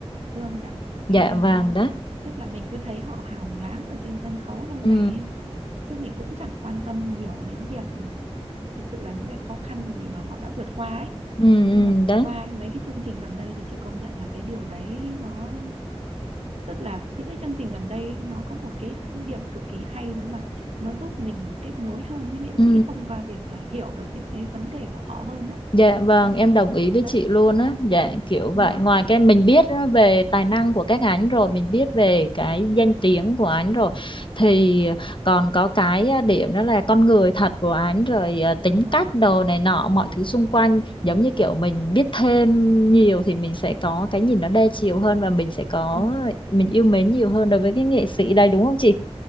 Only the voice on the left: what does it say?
dạ vàng
đó
ừ
ừ
ừ
đấy
ừ
Dạ vâng,
em đồng ý với
chị luôn á. Dạ kiểu
vậy, ngoài cái mình biết á, về tài năng của các anh rồi, mình biết về cái danh tiếng của anh rồi thì còn có cái à, điểm đó là con người thật của anh rồi à, tính
cách đồ này nọ mọi thứ xung quanh giống như kiểu mình biết thêm nhiều thì mình sẽ có cái nhìn nó đa chiều hơn và mình sẽ có
mình yêu mến nhiều hơn đối với cái nghệ sĩ đây đúng không chị?